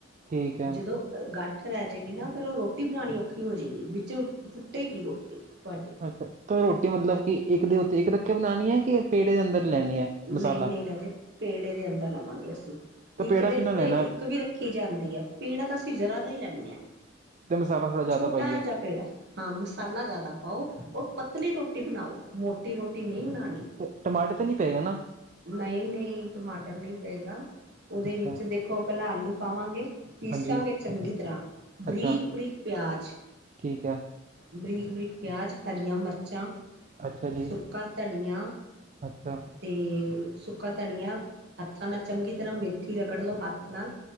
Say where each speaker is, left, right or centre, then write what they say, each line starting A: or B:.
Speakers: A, on the right (about 40°); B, on the right (about 60°).
A: ਠੀਕ ਹੈ
B: ਜਦੋਂ ਗੱਠ ਰਹਿ ਜੇਗੀ ਨਾ ਫੇਰ ਉਹ ਰੋਟੀ ਬਣਾਉਣੀ ਔਖੀ ਹੋਜੇਗੀ ਵਿੱਚ ਟੁੱਟੇਗੀ ਰੋਟੀ ਤੁਵਾਡੀ।
A: ਅੱਛਾ ਤਾਂ ਰੋਟੀ ਮਤਲਬ ਕਿ ਇੱਕ ਦੇ ਉੱਤੇ ਇੱਕ ਰੱਖ ਕੇ ਬਣਾਉਣੀ ਹੈ ਕਿ ਪੇੜੇ ਦੇ ਅੰਦਰ ਲੈਣੀ ਹੈ
B: ਨਹੀਂ
A: ਮਸਾਲਾ?
B: ਨਹੀਂ ਰਾਜੇ ਪੇੜੇ ਦੇ ਅੰਦਰ ਲਵਾਂਗੇ ਅਸੀਂ।
A: ਤਾਂ
B: ਇੱਕ
A: ਪੇੜਾ
B: ਦਿਨ
A: ਕਿੰਨਾ ਲੈਣਾ
B: ਤੇ ਇੱਕ ਵੀ ਰੱਖੀ ਜਾਂਦੀ ਹੈ ਪੇੜਾ ਤਾਂ ਅਸੀਂ ਜ਼ਰਾ ਜਾ ਈ ਲੈਣੇ ਆਂ।
A: ਅਤੇ ਮਸਾਲਾ ਥੋੜ੍ਹਾ ਜ਼ਿਆਦਾ
B: ਛੋਟਾ
A: ਪਾਈਏ
B: ਜਾਂ ਪੇੜਾ। ਹਾਂ ਮਸਾਲਾ ਜ਼ਿਆਦਾ ਪਾਓ ਔਰ ਪਤਲੀ ਰੋਟੀ ਬਣਾਓ ਮੋਟੀ ਰੋਟੀ ਨੀ ਬਨਾਨੀ।
A: ਤੇ ਟਮਾਟਰ ਤੇ ਨੀ ਪਏਗਾ ਨਾ?
B: ਨਹੀਂ ਨਹੀਂ ਟਮਾਟਰ ਨਹੀਂ ਪਏਗਾ ਉਹਦੇ
A: ਅੱਛਾ
B: ਵਿੱਚ ਦੇਖੋ ਪਹਿਲਾਂ ਆਲੂ ਪਾਵਾਂਗੇ, ਪੀਸਾਂਗੇ
A: ਹਾਂਜੀ
B: ਚੰਗੀ ਤਰ੍ਹਾਂ ਬਰੀਕ
A: ਅੱਛਾ
B: ਬਰੀਕ ਪਿਆਜ਼,
A: ਠੀਕ ਹੈ
B: ਬਰੀਕ ਬਰੀਕ ਪਿਆਜ਼ ਹਰੀਆਂ ਮਿਰਚਾਂ
A: ਅੱਛਾ ਜੀ
B: ਸੁੱਕਾ ਧਨੀਆ,
A: ਅੱਛਾ।
B: ਤੇ ਸੁੱਕਾ ਧਨੀਆ ਹੱਥਾਂ ਨਾਲ ਚੰਗੀ ਤਰ੍ਹਾਂ ਮੇਥੀ ਰਗੜ ਲੋ ਹੱਥ ਨਾਲ,